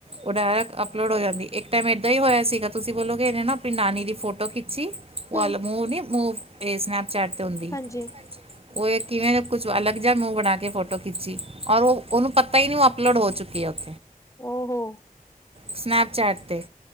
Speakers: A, on the right; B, on the left.
A: ਓਹ ਡਾਇਰੈਕਟ ਅਪਲੋਡ ਹੋ ਜਾਂਦੀ ਇੱਕ ਟਾਈਮ ਏਦਾਂ ਹੀ ਹੋਇਆ ਸੀਗਾ ਤੁਸੀਂ ਬੋਲੋ ਕਿ ਏਹਨੇ ਨਾ ਆਪਨੀ ਨਾਨੀ ਦੀ ਫੋਟੋ ਖਿ ਖਿੱਚੀ ਵੱਲ
B: ਹਮ
A: ਮੁਵ ਨੀ ਮੂਵ ਐ ਸਨੈਪਚੈਟ ਤੇ ਹੁੰਦੀ।
B: ਹਾਂਜੀ
A: ਓਹ ਇਹ ਕਿਵੇਂ ਕੁਛ ਅਲੱਗ ਜਾ ਮੂੰਹ ਬਨਾ ਕੇ ਫੋਟੋ ਖਿੱਚੀ ਔਰ ਓਹਨੂੰ ਪਤਾ ਹੀ ਨਹੀਂ ਓਹ ਅਪਲੋਡ ਹੋ ਚੁੱਕੀ ਆ। <inaudible>
B: ਓ ਹੋ।
A: ਸਨੈਪਚੈਟ ਤੇ